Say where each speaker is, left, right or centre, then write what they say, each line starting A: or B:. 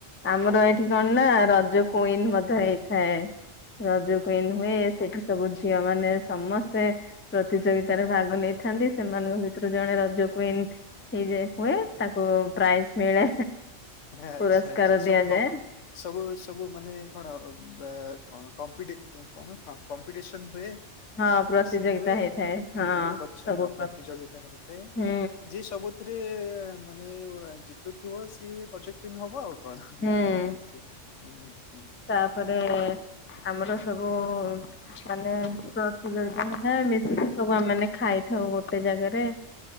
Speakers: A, on the left; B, on the left.
A: ଆମର ଏଇଠି କଣ ନା, ରଜ କୁଇନ ମଧ୍ୟ ହେଇଥାଏ। ରଜ କୁଇନ ହୁଏ, ସେଠୁ ସବୁ ଝିଅ ମାନେ ସମ ସ୍ତେ ପ୍ରତିଯୋଗିତାରେ ଭାଗ ନେଇଥାନ୍ତି, ସେମାନଙ୍କ ଭିତୁରୁ ଜଣେ ରଜ କୁଇନ୍ ହେଇଯାଏ ହୁଏ, ତାକୁ ପ୍ରାଇଜ୍ ମିଳେ
B: ଆଚ୍ଛା
A: ପୁରସ୍କାର
B: ଆଚ୍ଛା ସବୁ
A: ଦିଆଯାଏ।
B: କମ୍ ସବୁ ସବୁ ମାନେ କଣ, ବା କଣ କମ୍ପିଟି କଣ ହଁ, କମ୍ପିଟିସନ ହୁଏ
A: ହଁ ପ୍ରତିଯୋଗିତା
B: ଟିସନ ହୁଏ,
A: ହେଇଥାଏ ହଁ
B: ପ୍ରତି ସରି
A: ସବୁ
B: ହଁ
A: ପ୍ର
B: ପ୍ରତିଯୋଗିତା ହୋଇଥାଏ।
A: ହୁଁ
B: ଯିଏ ସବୁ ଥିରେ ମାନେ ଜିତୁଥିବ, ସିଏ ରଜ କୁଇନ୍ ହବ ଆଉ। କଣ
A: ହୁଁ
B: ନା ଏମତି କିଛି, ହୁଁ-ହୁଁ-ହୁଁ।
A: ତାପରେ ଆମର ସବୁ ମାନେ ପ୍ରତିଯୋଗିତା ହେଇଥାଏ, ମିଶିକି ସବୁ ଆମେମାନେ ଖାଇଥାଉ ଗୋଟେ ଜାଗାରେ।